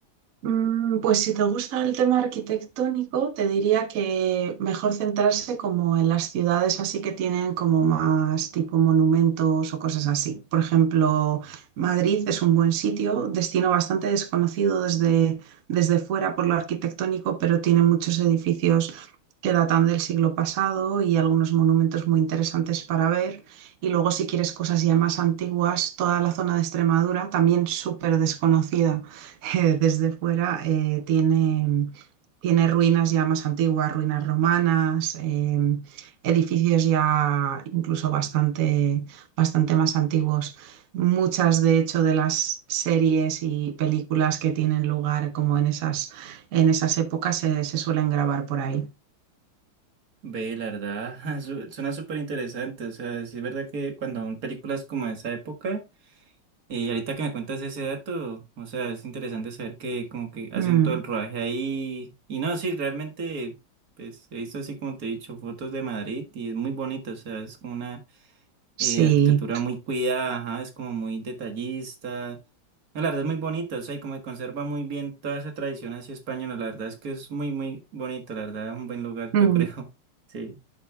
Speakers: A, on the right (about 70°); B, on the right (about 45°).
A: Mm, Pues si te gusta el tema arquitectónico, te diría que mejor centrarse como en las ciudades así que tienen como más tipo monumentos o cosas así. Por ejemplo, Madrid es un buen sitio, destino bastante desconocido desde, desde fuera por lo arquitectónico, pero tiene muchos edificios que datan del siglo pasado y algunos monumentos muy interesantes para ver. Y luego si quieres cosas ya más antiguas, toda la zona de Extremadura también súper desconocida. <laughs> desde fuera, eh, tiene, tiene ruinas ya más antiguas, ruinas romanas, eh, edificios ya incluso bastante, bastante más antiguos. Muchas, de hecho, de las series y películas que tienen lugar como en esas, en esas épocas se, se suelen grabar por ahí.
B: Ve, la verdad, <laughs> su- suena súper interesante. O sea, sí es verdad que cuando son películas como de esa época, y ahorita que me cuentas ese dato, o sea, es interesante saber que como que hacen
A: Mm,
B: todo el rodaje ahí. Y no, sí, realmente, pues he visto así como te he dicho, fotos de Madrid y es muy bonito, o sea, es como una
A: sí.
B: eh, arquitectura muy cuidada, ajá, es como muy detallista. No, La verdad es muy bonito, o sea, y como que conserva muy bien toda esa tradición así española, la verdad es que es muy, muy bonito, la verdad, es un buen lugar,
A: Mm.
B: yo creo. <laughs> Sí.